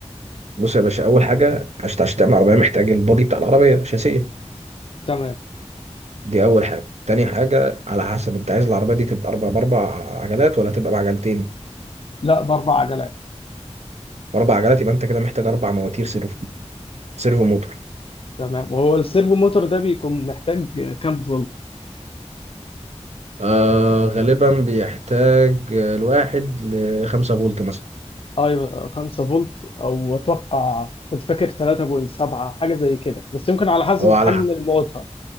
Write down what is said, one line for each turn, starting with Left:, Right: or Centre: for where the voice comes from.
Right: بص يا باشا اول حاجة عشان عشان تعمل عربية محتاج البادي بتاع العربية شاسية
Left: تمام
Right: دي اول حاجة تاني حاجة على حسب انت عايز العربية دي تبقى اربع باربع عجلات ولا تبقى بعجلتين
Left: لا بأربع عجلات
Right: اربع عجلات يبقى انت كده محتاج اربع مواتير سيرفو سيرفو موتور
Left: تمام وهو السيرفو موتور ده بيكون محتاج كام فولت؟
Right: آه غالبا بيحتاج الواحد لخمسة فولت مثلا
Left: أيوه 5 فولت أو أتوقع كنت فاكر 3.7 حاجة زي كده بس يمكن على حسب
Right: هو على
Left: حجم
Right: ح-
Left: الموتور